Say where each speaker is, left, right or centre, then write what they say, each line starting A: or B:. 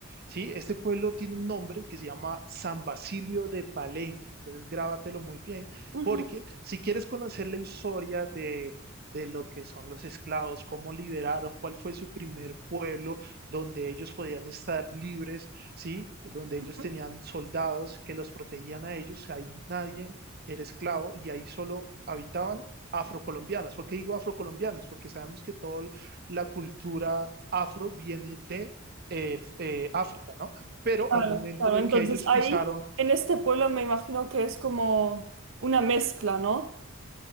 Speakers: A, on the right; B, on the right.
A: ¿sí? Este pueblo tiene un nombre que se llama San Basilio de Palenque, entonces grábatelo muy bien,
B: Ujú.
A: porque si quieres conocer la historia de... de lo que son los esclavos, cómo liberaron, cuál fue su primer pueblo donde ellos podían estar libres ¿sí? Donde
B: ujú.
A: ellos tenían soldados que los protegían a ellos, ahí nadie era esclavo y ahí solo habitaban afrocolombianos. ¿Por qué digo afrocolombianos? Porque sabemos que toda la cultura afro viene de eh, eh, África, ¿no? Pero
B: Claro,
A: al momento
B: claro.
A: de
B: Entonces
A: que ellos
B: ahí,
A: pisaron,
B: en este pueblo me imagino que es como una mezcla, ¿no?